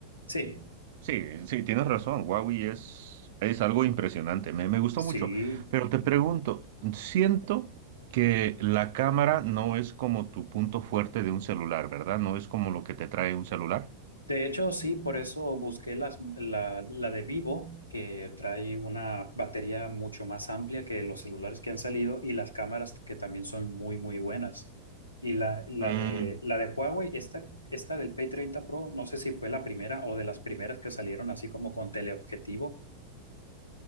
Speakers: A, on the left (about 85°); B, on the right (about 50°).
A: sí,
B: sí, sí, tienes razón, Huawei es, es algo impresionante, me, me gustó
A: sí.
B: mucho, pero te pregunto, siento que la cámara no es como tu punto fuerte de un celular, ¿verdad? No es como lo que te trae un celular.
A: De hecho, sí, por eso busqué las- la, la de Vivo, que trae una batería mucho más amplia que los celulares que han salido y las cámaras que también son muy, muy buenas. Y la, la
B: Mm.
A: de, la de Huawei, esta, esta del p treinta Pro, no sé si fue la primera o de las primeras que salieron así como con teleobjetivo.